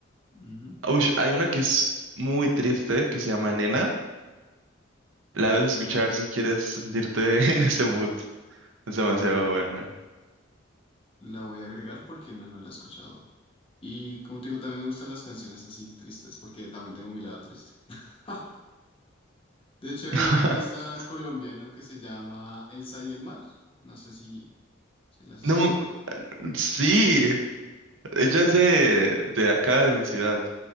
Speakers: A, on the left (about 30°); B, on the right (about 80°).
A: Ujú.
B: Ush, hay una que es muy triste que se llama Nena. La debes escuchar
A: No,
B: si quieres sentirte <laughs> en ese mood. Es demasiado buena.
A: la voy a agregar porque no, no la he escuchado. Y como te digo, también me gustan las canciones así tristes porque también tengo mi lado triste. <laughs> De hecho, hay
B: <laughs>
A: un artista colombiano que se llama Elsa y el Mar. No sé si, si la has escuchado.
B: No, sí, ella es de, de acá, de mi ciudad.